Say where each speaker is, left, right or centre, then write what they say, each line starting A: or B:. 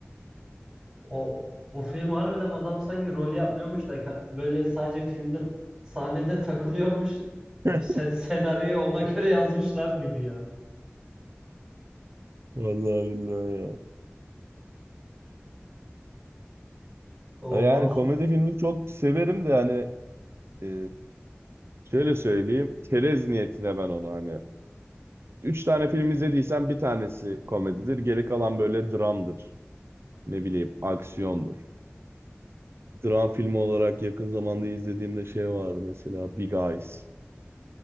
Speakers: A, on the right (about 15°); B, on the right (about 65°).
A: O o film harbiden adam sanki rol yapmıyormuş da ka- böyle sadece filmde sahnede takılıyormuş.
B: <laughs>
A: Öf, sen- Senaryoyu ona göre yazmışlar gibi ya.
B: Vallahi billahi ya.
A: O
B: Yani
A: mahsup.
B: komedi filmi çok severim de hani e, şöyle söyleyeyim. Çerez niyetine ben onu hani. Üç tane film izlediysen bir tanesi komedidir. Geri kalan böyle dramdır. Ne bileyim aksiyondur. Dram filmi olarak yakın zamanda izlediğimde şey var mesela Big Eyes.